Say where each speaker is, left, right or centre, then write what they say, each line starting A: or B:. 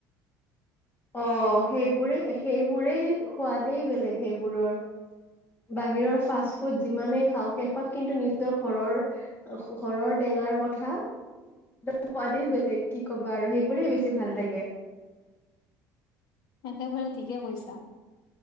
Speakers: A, on the left; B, on the left.
A: অ', সেইবোৰে সেইবোৰেই সোৱাদেই বেলেগ সেইবোৰৰ। বাহিৰৰ ফাষ্ট ফুড যিমানেই খাওঁ শেষত কিন্তু নিজৰ ঘৰৰ ঘৰৰ টেঙাৰ কথা একদম সোৱাদেই বেলেগ কি ক'বা আৰু সেইবোৰেই বেছি ভাল লাগে।
B: একেবাৰে ঠিকে কৈছা।